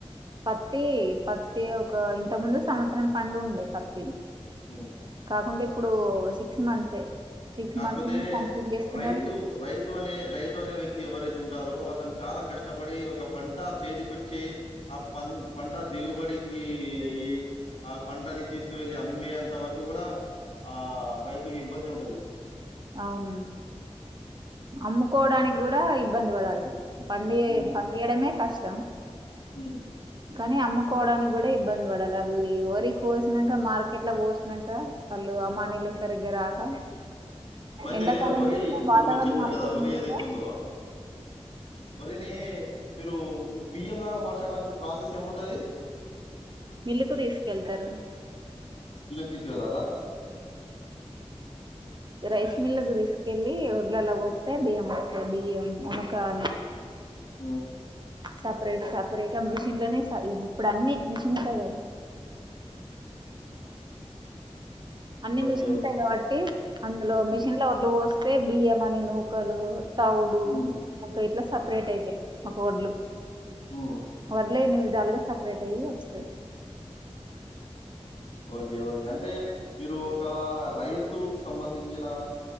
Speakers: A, on the right; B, on the left.
A: పత్తి పత్తి ఒక ఇంత ముందు సంవత్సరం పండు ఉండే పత్తి
B: హ్మ్.
A: కాకుండాే ఇప్పుడు సిక్స్ మంత్సే సిక్స్
B: కాక్పోతే
A: మంత్స్ కంప్లీట్ చేస్తున్నారు
B: రైతు రైతు అనే రైతు అనే వ్యక్తి ఎవరైతే ఉంటారో అతను చాలా కష్టపడి ఒక పంట చేతికొచ్చి ఆ ప పంట దిగుబడికి అయి ఆ పంటని తీసుకువెళ్ళి అమ్మేంత వరకు కూడా ఆ రైతుకి ఇబ్బంది ఉంటది
A: అవునండి అమ్ముకోవడానికి కూడా ఇబ్బంది పడాలి పండ
B: హ్మ్.
A: పంగడంమే కష్టం
B: హ్మ్.
A: కానీ ఆమ్కు కోవడానికి కూడా ఇబ్బంది పడాలి అ వరి కోసినాక మార్కెట్ పోసాక వాళ్ళు అమానిలు సరిగ్గ రాక
B: అయితే
A: ఎండాకాలంలో
B: వరి
A: కూడా
B: ఇప్పుడు
A: వాతావరణం
B: మీరు చెప్పారు
A: అలుకరించక
B: కదా వరి ఏదైతే ఉందో వరిని మీరు బియ్యం లాగా మార్చడానికి ప్రాసెస్ ఏముంటది
A: మిల్లుకు తీసుకెళ్తారు
B: తీసువెళ్ళాలా
A: ైస్ మిళకి తీసుకెళ్ళలి ఒడ్లలా పోస్తే బియ్యం వస్తాయి బియ్యం ఉనకా అని
B: అ
A: సపరేట్ సపరేట్ ఆ మిషిన్ లోనే ఇప్పుడు అన్నిీ మిషన్స్ా కదా అన్ని
B: ఓకే.
A: మిషన్స్యి
B: ఓకే.
A: కాబట్టి అందులో
B: హ్మ్.
A: మిషన్ లోడ్లు పోస్త అయితే బియ్యమని నూకలు తౌడు
B: హ్మ్.
A: ఒక ఇట్లా స అపరేట్ అయితే ఒక వడ్లు
B: హ్మ్.
A: వడ్లు ఎన్ని విధాలుగా సపరేట్ అయ్యి వస్తాయి
B: ఓకే. ఓకే. అంటే మీరు ఒక రైతు సంబంధించిన